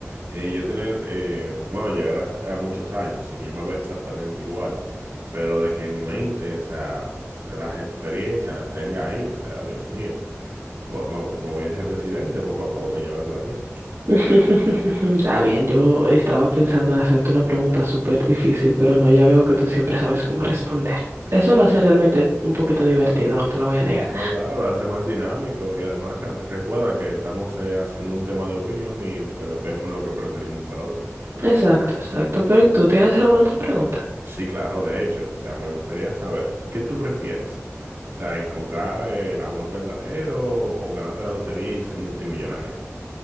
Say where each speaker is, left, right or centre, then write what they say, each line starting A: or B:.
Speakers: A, on the right; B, on the right.
A: eh, yo tener, eh, bueno, llegar a, se- a muchos años, así que yo me veo exactamente igual, pero de que mi mente, o sea, s- las experiencias las tenga ahí, o sea, Dios mío, Wo- me, me voy a ser presidente poco a poco, llévate de mí.
B: <laughs> Está bien, yo estaba pensando en hacerte una pregunta súper difícil, pero no, ya veo que tú siempre sabes cómo responder. Eso lo hace realmente un poquito divertido, no te lo voy a negar.
A: No, claro, lo hace más dinámico y además re- recuerda que estamos eh, haciendo un tema de opinión y eh, vemos lo que preferimos al otro.
B: Exacto, exacto. Pero ¿y tú tienes alguna otra pregunta? <laughs>
A: Sí, claro, de hecho, o sea, me gustaría saber, ¿qué tú prefieres? O sea, encontrar eh, el amor verdadero o ganarte la lotería y ser multimillonario.